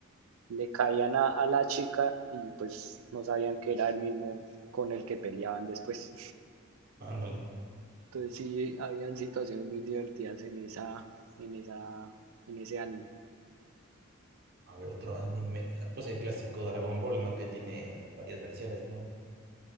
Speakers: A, on the right; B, on the right.
A: le caían a, a la chica y pues no sabían que era el mismo con el que peleaban después.
B: Ándale.
A: Entonces sí, habían situaciones muy divertidas en esa, en esa, en ese anime.
B: A ver, otro anime. Ah, Pues el clásico Dragon Ball, ¿no? Que tiene varias versiones, ¿no?